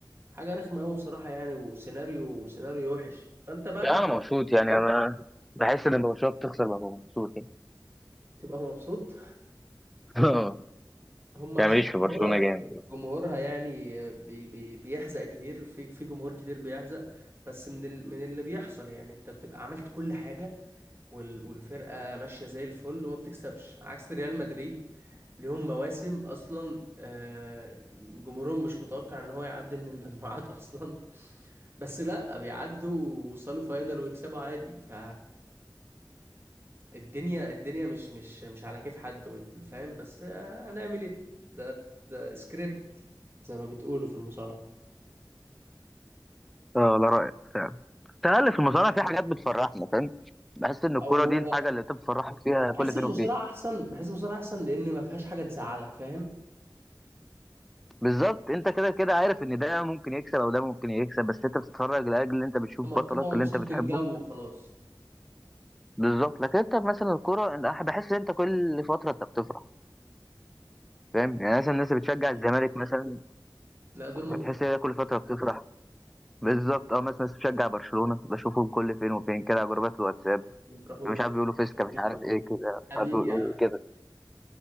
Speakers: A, on the right; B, in the centre.
A: حاجة رخمة أوي بصراحة يعني وسيناريو سيناريو وحش فأنت بقى
B: لا
A: كنت
B: انا مبسوط يعني انا بحس ان برشلونه بتخسر ببقى مبسوط يعني
A: تبقى مبسوط
B: <laughs>
A: هم عشان
B: يعني ماليش في برشلونه
A: جمهورها
B: جامد
A: جمهورها يعني بي بي بيحزق كتير في في جمهور كتير بيحزق بس من ال من اللي بيحصل يعني انت بتبقى عملت كل حاجة وال والفرقة ماشية زي الفل وما بتكسبش عكس ريال مدريد ليهم مواسم اصلا آه، جمهورهم مش متوقع ان هو يعدي من المجموعات <laughs> اصلا بس لا بيعدوا ووصلوا فاينل ويكسبوا عادي ف الدنيا الدنيا مش مش مش على كيف حد وال- فاهم بس آه، هنعمل ايه ده ده سكريبت زي ما بتقولوا في المصارعة
B: اه لا رايك فعلا تقل في المصارعه في حاجات بتفرحنا فاهم بحس ان الكرة
A: او
B: دي الحاجة اللي انت بتفرحك فيها
A: بحس
B: كل فين
A: المصارعة
B: وفين
A: احسن بحس المصارعة احسن لان ما فيهاش حاجة تزعلك فاهم
B: بالظبط انت كده كده عارف ان ده ممكن يكسب او ده ممكن يكسب بس انت بتتفرج لاجل ان انت بتشوف
A: لما بتبقى
B: بطلك
A: مبسوط
B: اللي انت بتحبه
A: بالجو وخلاص
B: بالظبط لكن انت مثلا الكوره أنا بحس ان انت كل فتره انت بتفرح فاهم يعني مثلا الناس اللي بتشجع
A: يعني-
B: الزمالك مثلا
A: لا دول ما
B: بتحس
A: بيفرحوش
B: ان هي كل فتره بتفرح بالظبط اه مثلا الناس بتشجع برشلونه بشوفهم كل فين وفين كده على جروبات الواتساب
A: ما بيفرحوش.
B: مش عارف بيقولوا فيسكا
A: حبيبي
B: مش عارف
A: يا عم
B: ايه كده مش
A: حبيبي
B: عارف بيقولوا
A: يا عم
B: ايه كده